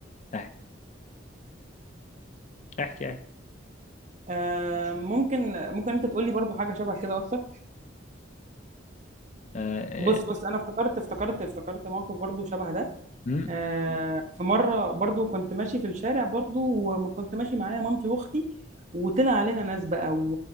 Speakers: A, on the left; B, on the right.
A: احكي احكي احكي
B: آه ممكن ممكن انت تقول لي برضو حاجه شبه كده اكتر
A: اه
B: بص بص انا افتكرت افتكرت افتكرت موقف برضو شبه ده
A: امم
B: آه في مره برضو كنت ماشي في الشارع برضو وكنت ماشي معايا مامتي واختي وطلع علينا ناس بقى و...